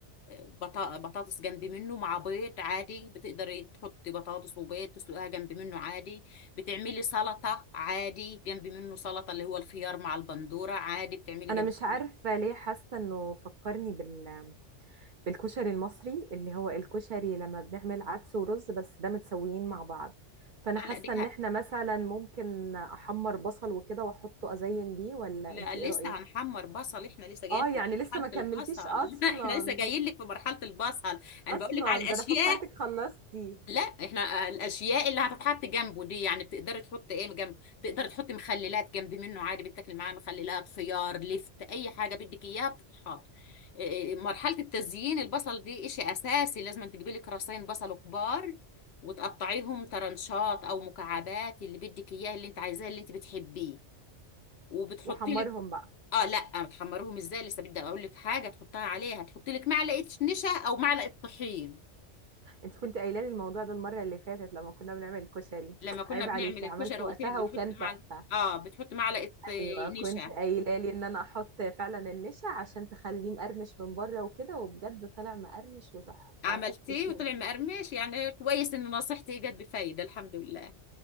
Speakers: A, on the left; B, on the right.
A: بطا- بطاطس جنب منه مع بيض عادي بتقدري تحطي بطاطس وبيض تسلقيها جنب منه عادي بتعملي سلطة عادي جنب منه سلطة اللي هو الخيار مع البندورة عادي بتعملي
B: انا
A: جنب
B: مش عارفه
A: منه.
B: ليه حاسه انه فكرني بال... بالكشري المصري اللي هو الكشري لما بنعمل عدس ورز بس ده متسويين مع بعض فانا
A: اه
B: حاسه
A: لا ديك
B: ان
A: ه-
B: احنا مثلا ممكن احمر بصل وكده واحطه ازين بيه ولا
A: لا
B: انت
A: لسه
B: ايه رايك
A: هنحمر بصل احنا لسه جايين
B: اه يعني
A: في
B: لسه
A: مرحلة
B: ما كملتيش
A: البصل <laughs>
B: اصلا
A: لا احنا لسه جايين لك في مرحلة البصل انا
B: اصلا
A: بقول لك على الاشياء
B: ده انا فكرتك خلصتي
A: لا احنا الاشياء اللي هتتحط جنبه دي يعني بتقدري تحطي ايه جنب تقدري تحطي مخللات جنب منه عادي بتاكلي معاه مخللات خيار لفت اي حاجه بدك اياها بتتحط إيه، مرحله التزيين البصل دي اشي اساسي لازم تجيبي لك راسين بصل كبار وتقطعيهم ترنشات او مكعبات اللي بدك اياه اللي انت عايزاه اللي انت بتحبيه وبتحطي
B: وحمرهم
A: لك
B: بقى
A: اه لا بتحمروهم ازاي لسه بدي اقول لك حاجه تحطها عليها تحطي لك معلقه نشا او معلقه طحين
B: انت كنت قايله لي الموضوع ده المره اللي فاتت لما كنا بنعمل الكشري
A: لما كنا
B: عيب
A: بنعمل
B: عليكي
A: الكشري
B: عملت وقتها
A: قلت لك بتحط
B: وكان
A: معلقه
B: تحفه
A: اه بتحط معلقه آه،
B: ايوه كنت
A: نشا
B: قايله لي ان انا احط فعلا النشا عشان تخليه مقرمش من بره وكده وبجد طلع مقرمش وتحفه
A: عملتيه
B: تسلم
A: وطلع مقرمش
B: ايدك
A: يعني كويس ان نصيحتي جت بفايده الحمد لله